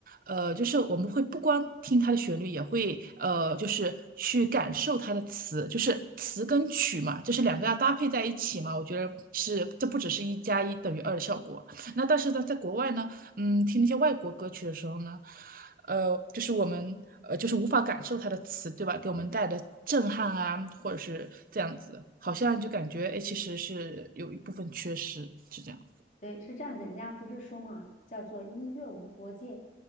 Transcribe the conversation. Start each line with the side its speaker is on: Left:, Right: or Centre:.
Right: 呃，就是我们会不光听它的旋律，也会呃，就是去感受它的词，就是词跟曲嘛，就是两个要搭配在一起嘛。我觉得是这不只是一加一等于二的效果。那但是呢，在国外呢，嗯，听那些外国歌曲的时候呢。呃，就是我们呃，就是无法感受它的词，对吧？给我们带来的震撼啊，或者是这样子，好像就感觉哎，诶其实是有一部分缺失，是这样。
Left: 对，是这样子，人家不是说嘛，叫做音乐无国界，